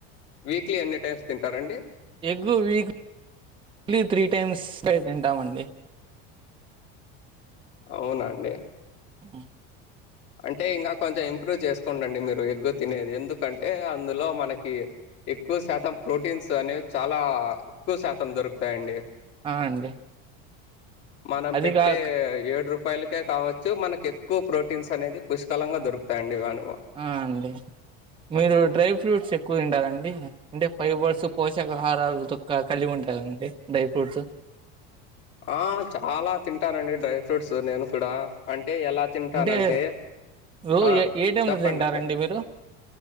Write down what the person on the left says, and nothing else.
వీక్లీ ఎన్ని టైమ్స్ తింటారండి
అవునాండి
అంటే ఇంకా కొంచెం ఇంప్రూవ్ చేసుకోండండి మీరు ఎగ్గు తినేది ఎందుకంటే అందులో మనకి ఎక్కువ శాతం ప్రోటీన్స్ అనేవి చాలా ఎక్కువ శాతం దొరుకుతాయండి
మనం
పెట్టే
ఏడు రూపాయలకే కావచ్చు మనకు ఎక్కువ ప్రోటీ స్ అనేది పుష్కలంగా దొకుతాయండి‌ ఇవాళ
ఆ చాలా తింటారండి డ్రై ఫ్రూట్స్ నేను కూడా అంటే అంటే ఎలా తింటానంటే
ఆ
తప్పండి